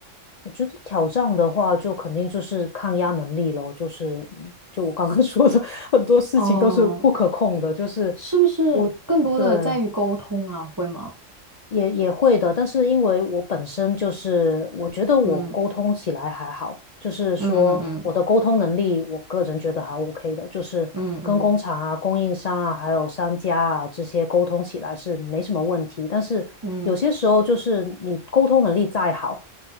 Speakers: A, on the left; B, on the right.
A: 我觉得挑战的话，就肯定就是抗压能力咯，就是就我刚刚 <laughs> 说的，<laughs> 很多事情都是不可控的，
B: 哦，
A: 就是
B: 是不是更多的在于沟通啊？
A: 我对
B: 会吗？
A: 也也会的，但是因为我本身就是，我觉得我沟通起来还好，
B: 嗯
A: 就是说我的沟通能力，
B: 嗯嗯
A: 我个人觉得还 OK 的，就是跟工厂啊、
B: 嗯嗯嗯
A: 供应商啊、还有商家啊这些沟通起来是没什么问题。但是有些时候就是你沟通能力再好，
B: 嗯，